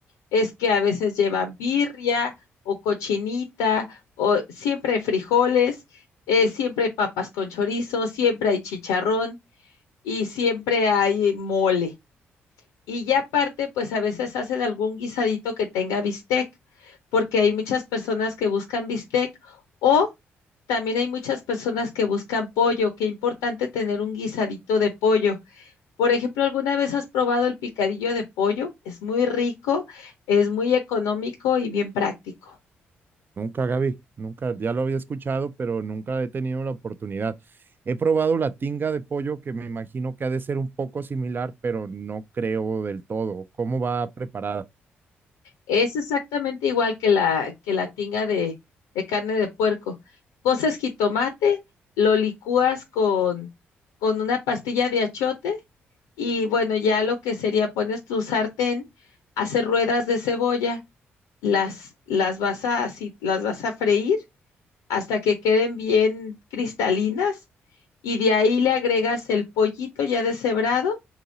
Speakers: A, on the left; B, on the right.
A: es que a veces llevan birria o cochinita o siempre hay frijoles, eh, siempre hay papas con chorizo, siempre hay chicharrón y siempre hay mole. Y ya aparte, pues a veces hacen algún guisadito que tenga bistec, porque hay muchas personas que buscan bistec o también hay muchas personas que buscan pollo, qué importante tener un guisadito de pollo. Por ejemplo, ¿alguna vez has probado el picadillo de pollo? Es muy rico, es muy económico y bien práctico.
B: Nunca, Gaby, nunca, ya lo había escuchado, pero nunca he tenido la oportunidad. He probado la tinga de pollo, que me imagino que ha de ser un poco similar, pero no creo del todo. ¿Cómo va preparada?
A: Es exactamente igual que la, que la tinga de, de carne de puerco. Coces jitomate, lo licúas con, con una pastilla de achiote y bueno, ya lo que sería, pones tu sartén, haces ruedas de cebolla las, las vas a, así, las vas a freír hasta que queden bien cristalinas y de ahí le agregas el pollito ya deshebrado